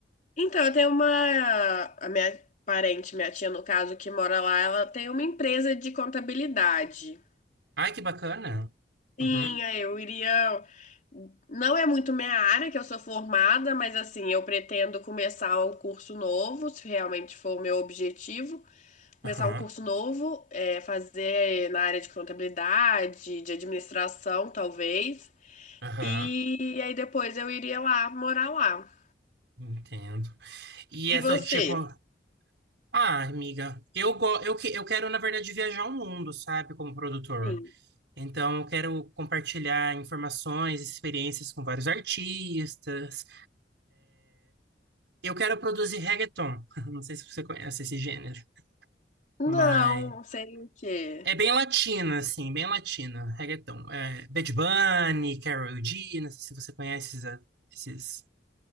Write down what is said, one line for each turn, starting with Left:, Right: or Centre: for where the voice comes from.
Left: Então, eu tenho uma. A minha parente, minha tia, no caso, que mora lá, ela tem uma empresa de contabilidade.
Right: Ai, que bacana.
Left: Sim,
Right: Uhum,
Left: aí eu iria. Não é muito minha área que eu sou formada, mas assim, eu pretendo começar um curso novo, se realmente for o meu objetivo. Começar
Right: aham,
Left: um curso novo, é, fazer na área de contabilidade, de administração, talvez.
Right: aham,
Left: E aí depois eu iria lá, morar lá.
Right: entendo. E
Left: E
Right: essa
Left: você?
Right: tia... co- Ah, amiga, eu, go... eu, que... eu quero, na verdade, viajar o mundo, sabe, como produtor.
Left: Sim,
Right: Então, eu quero compartilhar informações, experiências com vários artistas. Eu quero produzir reggaeton. <laughs> Não sei se você conhece esse gênero,
Left: Não,
Right: mas...
Left: sei o quê.
Right: É bem latina, assim, bem latina, reggaeton. É, Bad Bunny, Karol G, não sei se você conhece esses... esses